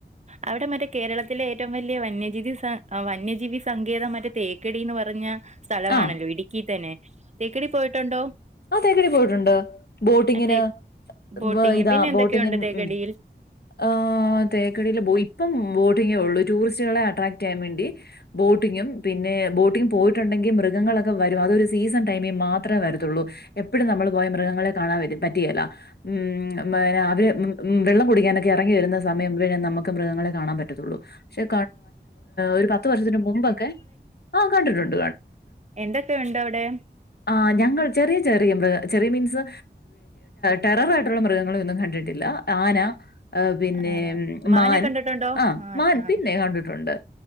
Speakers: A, on the right (about 40°); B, on the left (about 60°).
A: അവിടെ മറ്റേ കേരളത്തിലെ ഏറ്റവും വലിയ വന്യജീതി സ വന്യജീവി സങ്കേതം മറ്റേ തേക്കടീന്ന് പറഞ്ഞ സ്ഥലവാണല്ലോ
B: ആ.
A: ഇടുക്കി തന്നെ, തേക്കടി പോയിട്ടുണ്ടോ?
B: ആഹ് തേക്കടി പോയിട്ടുണ്ട് ബോട്ടിങ്ങിന്.
A: മറ്റേ ബോട്ടിങ്
B: ബ ഇതാ
A: പിന്നെ എന്തൊക്കെയുണ്ട്
B: ബോട്ടിങ്ങിൻ
A: തേക്കടിയിൽ
B: ഉം ആഹ് തേക്കടീല് ബോയി ഇപ്പം ബോട്ടിങ്ങേ ഉള്ളൂ ടൂറിസ്റ്റുകളെ അട്രാക്ട് ചെയ്യാൻ വേണ്ടി. ബോട്ടിങ്ങും പിന്നെ ബോട്ടിംഗും പോയി ട്ടുണ്ടെങ്കി മൃഗങ്ങളൊക്കെ വരും അതൊരു സീസൺ ടൈമി മാത്രേ വരത്തൊള്ളൂ. എപ്പഴും നമ്മൾ പോയ മൃഗങ്ങളെ കാണാൻ വരും പറ്റികേല്ല. ഉം പിന്ന അവര് വെള്ളം കുടിക്കാനൊക്കെ ഇറങ്ങി വരുന്ന സമയം നമുക്ക് മൃഗങ്ങളെ കാണാൻ പറ്റത്തുള്ളൂ പക്ഷെ ഒരു പത്ത് വർഷത്തിന് മുമ്പൊക്കെ ആഹ് കണ്ടിട്ടുണ്ട്.
A: എന്തൊക്കെ ഉണ്ട് അവിടെ.
B: ആഹ് ഞങ്ങൾ ചെറിയ ചെറിയ മൃഗ ചെറിയ മീൻസ് ടെറർ ആയിട്ടുള്ള മൃഗങ്ങള ഒന്നും കണ്ടിട്ടില്ല ആന ആഹ് പിന്നെ
A: ആണോ മാനെ
B: മാൻ
A: കണ്ടിട്ടുണ്ടോ
B: ആഹ് മാൻ
A: ആഹ്
B: പിന്നെ കണ്ടിട്ടുണ്ട്